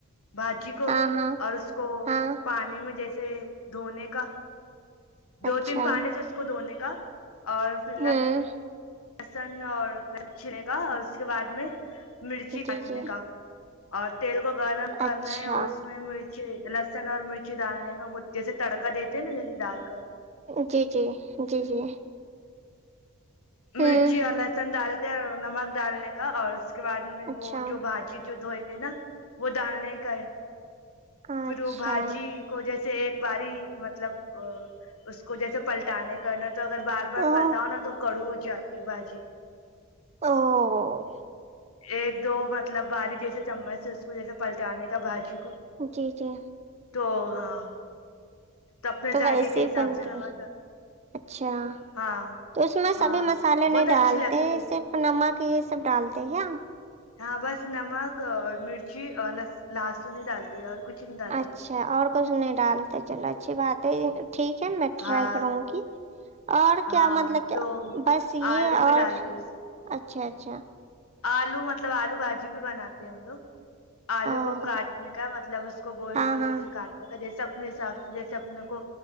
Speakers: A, on the left (about 80°); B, on the right (about 30°).
A: بھجی کو
B: ہاں ہاں
A: اور اس کو
B: ہاں
A: پانی میں جیسے سے دھونے کا دو
B: اچھا
A: تین پانی سے اس کو دھونے کا کا اور ف الح
B: ہوں
A: لسن اور لچنےے کا اور اس کے بعد میں مرچی
B: جی
A: کاٹنے
B: جی
A: کا آٹھ تیل کو گرم کرنا
B: اچھا
A: ہے اور اس میں مرچی لسن اور مرچی ڈالنے کو جیسے تڑکا دیتے ہیں نا جیسے ڈال کا
B: جی جی جی جی
A: مرچی
B: ہوں
A: اور لہسن دال نمک ڈالنے کا اور اس اس کے بعد میں وہ
B: اچھا
A: جو بھاجی جو دو نا وہ ڈالنے کا ہے
B: اچھا
A: پھر وہ بھجی کو جیسے باری مطلب اس کو جیسے پلٹانے کرنا تو اگر بار بار
B: او
A: پلٹاؤ نا تو کڑو باجی
B: او
A: ایک دو مطلب باریک جیسے چمچ سے اس کو جیسے پلٹانے کا بھجی
B: جی جی
A: تو ہاں اپنے
B: تو
A: ذائقے
B: ویسے
A: کے
B: ہی
A: حساب
B: بنتی
A: سے نمک ڈال،
B: اچھا
A: ہاں
B: تو اس میں
A: ہاں
B: سبھی مس مسالے نہیں
A: بہت
B: ڈالتے
A: اچھی لگتی ہے
B: صرف نمک یہ سب ڈالتے کیا
A: ہاں بس نمک اور مرچی اور لہسن ہی ڈالتی اور کچھ نہیں ڈالتے
B: اچھا اور کچھ نہیں ڈالتا چلو اچھی بات ہے ٹھیک ہے میں ٹرائی
A: ہاں
B: کروں گی اور
A: ہاں
B: کیا مطلب کہ
A: تو
B: بس یہ
A: آلو بھی
B: اورچ
A: ڈالتے اس-
B: اچھا اچھا
A: آلو مطلب آلو بھجی بھی بناتے ہیں ہم لوگ آلو
B: او
A: کو کاٹنے کا مطلب اس کو گول
B: ہاں
A: گول جیسے
B: ہاں
A: کاٹنے کا جیسے اپنے حساب سے جیسے اپنے کو